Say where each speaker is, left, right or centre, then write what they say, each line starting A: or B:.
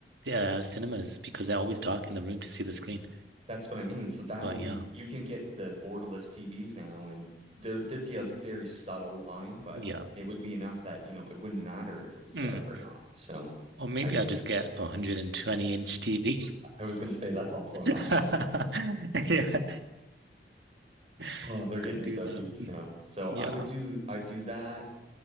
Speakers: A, on the right; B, on the right.
A: uh, cinemas because they're always dark in the room to see the screen.
B: That's what I mean. So that
A: But
B: would be
A: yeah,
B: you can get the borderless TVs now, and there there'd be a very subtle line, but
A: yeah.
B: it would be enough that, you know, it wouldn't matter if it was
A: Mm.
B: dark or not. So
A: Or maybe
B: I
A: I just get a 120 inch TV.
B: I was gonna say that's also
A: <laughs>
B: an option. <laughs>
A: Yeah. <laughs>
B: Oh, they're getting
A: Could do
B: so
A: that.
B: huge
A: Mm.
B: now. So
A: Yeah.
B: I would do I'd do that.